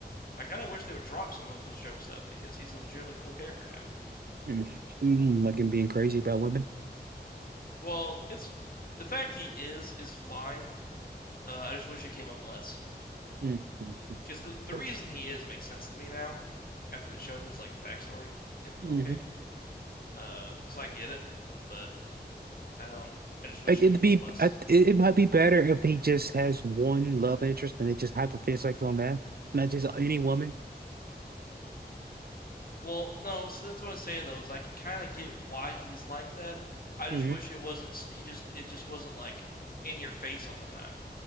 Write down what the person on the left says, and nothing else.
I kind of wish they would drop some of his joke stuff because he's a legitimately cool character now.
Well, it's the fact he is is fine Uh, I just wish it came up less
because the the
reason he is makes sense to me now after they showed his like backstory in Whole
Cake. Uh, so I get it, but I don't. I just wish
it
came
up less.
Well, no, see that's what I was saying though, is I can kind of get why he's like that. I
just wish it wasn't. He just it just wasn't like in your face all the time.